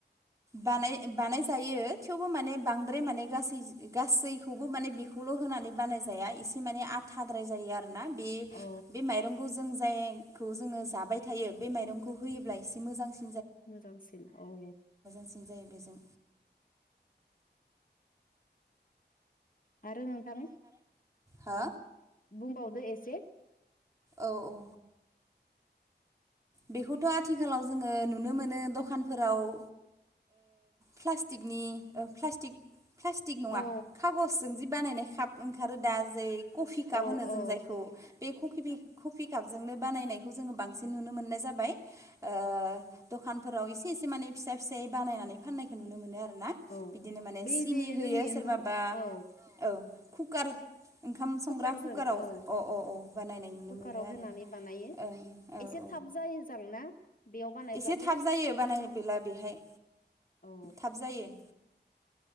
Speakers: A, on the right; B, on the left.
A: बानाय बानाय जायो थेवबो माने बांद्राय माने गासै गासैखौबो माने बेखौ ल' होनानै बानाय जाया एसे माने आथाद्राय जायो आरो ना बे
B: औ
A: बे माइरंखौ जों जाय खौ जोङो जाबाय थायो बे माइरंखौ होयोब्ला एसे मोजांसिन
B: मोजांसिन औ।
A: बांसिन जायो बेजों
B: आरो नोंथां
A: हो
B: ओ बुंबावदो एसे।
A: औ-औ। बेखौथ' आथिखालाव जोङो नुनो मोनो। दखानफोराव ओ प्लासटिकनि ओ प्लासटिक -प्लासटिक नङा
B: औ
A: खागजजों जि बानायनाय काप ओंखारो। दा जै कफि काप
B: औ
A: होनो जों
B: औ
A: जायखौ, बे कफि बि कफि काप जोंनो बानायनायखौ जोङो बांसिन नुनो मोननाय जाबाय ओ दखानफोराव एसे-एसे माने फिसा-फिसायै बानायनानै फाननायखौ नुनो मोनो आरो। ना
B: औ
A: बिदिनो माने
B: बै
A: सिनि
B: जे
A: होयो
B: जोंनि
A: सोरबाबा
B: ओंखाम औ
A: औ कुकार ओंखाम संग्रा
B: कुकारजों
A: कुकाराव
B: औ
A: अ-अ औ बानायनाय नुनो
B: कुकाराव
A: मोनो आरो
B: होनानै बानायो
A: ओं
B: एसे
A: औ।
B: थाब जायो जां ना बेयाव बानायब्लाथाय
A: एसे थाब जायो बानाय बेला बेहाय,
B: औ
A: थाब जायो।